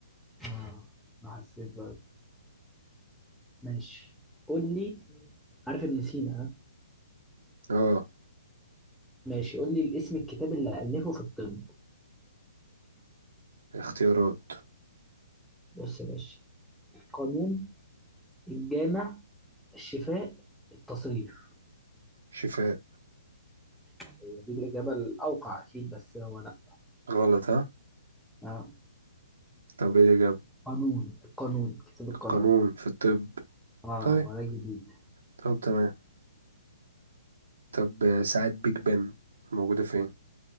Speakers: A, in the centre; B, on the right.
A: اه ما حسيت برضه ماشي قول لي عارف ابن سينا ها
B: اه
A: ماشي قول لي الاسم الكتاب اللي ألفه في الطب
B: اختيارات
A: بص يا باشا القانون الجامع الشفاء التصريف
B: شفاء
A: هي دي الإجابة الأوقع أكيد بس هو لأ
B: غلط ها
A: آه.
B: طب ايه الإجابة
A: قانون القانون كتاب القانون
B: القانون في الطب
A: اه
B: طيب
A: ما ده جديد
B: طب تمام طب ساعة بيج بن موجودة فين